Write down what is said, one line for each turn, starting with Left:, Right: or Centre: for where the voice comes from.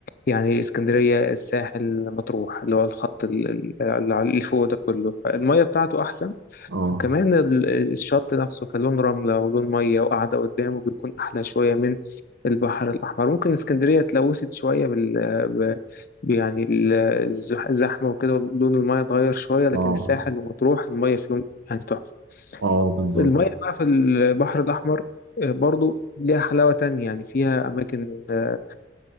Left: يعني اسكندريه الساحل مطروح اللي هو الخط ال- ال- اللي فوق ده كله فالميه بتاعته احسن
Right: أه
Left: وكمان ال- الشط نفسه كان لون رملة ولون مية وقاعدة قدامه بيكون أحلى شوية من البحر الأحمر ممكن اسكندرية اتلوثت شوية بال ب... ب- يعني ال- الزح- الزحمة وكده لون المية اتغير شوية لكن
Right: أه أه
Left: الساحل ومطروح المية فيهم يعني تحفة
Right: أه بالظبط
Left: المية بقى في البحر الأحمر آه، برضو ليها حلاوة تانية يعني فيها أماكن آه،